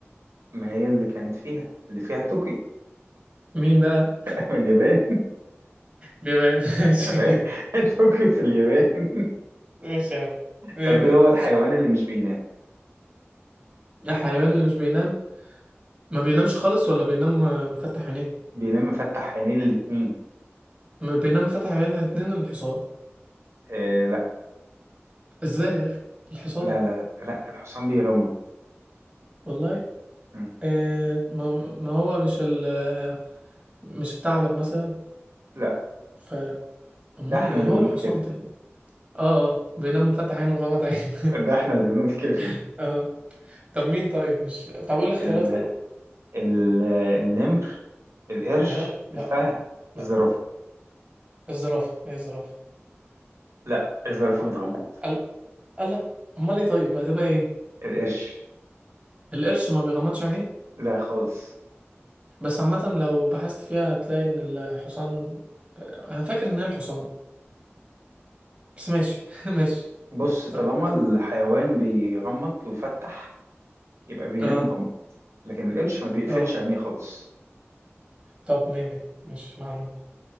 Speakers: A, on the right; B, on the right.
A: ما هي اللي كانت فيها اللي فيها طوكيو
B: مين بقى
A: <laughs> من اليابان
B: بيبان <laughs> ماشي
A: <laughs> طوكيو في اليابان
B: ماشي يا عم مية
A: طب
B: مية
A: ايه هو الحيوان اللي مش بينام
B: الحيوان اللي مش بينام ما بينامش خالص ولا بينام آه، مفتح عينيه
A: بينام مفتح عينيه الاتنين
B: ما بينام مفتح عينيه الاتنين الحصان
A: آه لا
B: ازاي يا اخي الحصان
A: لا لا لا الحصان بيغمض
B: والله
A: مم.
B: آه ما هو ما هو مش ال آه، مش الثعلب مثلا
A: لا
B: ف امال
A: ده احنا
B: ايه
A: اللي
B: هو
A: بنقول
B: الحصان
A: كده
B: تاني اه اه بينام مفتح عينه ومغمض عينه
A: ده احنا اللي بنقول كده
B: <laughs> اه طب مين طيب مش طب قول لي اختيارات
A: ال...
B: كده
A: ال... النمر القرش
B: ايوه لا
A: الفهد
B: لا
A: الزرافة
B: الزرافه هي الزرافه
A: لا الزرافة بتغمض
B: الله الله امال ايه طيب هتبقى ايه
A: القرش
B: القرش ما بيغمضش عينيه
A: لا خالص
B: بس عامة لو بحثت فيها هتلاقي ان الحصان انا فاكر ان هي الحصان بس ماشي <laughs> ماشي
A: بص طالما
B: طيب
A: الحيوان بيغمض ويفتح يبقى بينام
B: اه
A: مغمض لكن القرش ما بيقفلش
B: اه
A: عينيه خالص
B: طب مية مية ماشي معلوم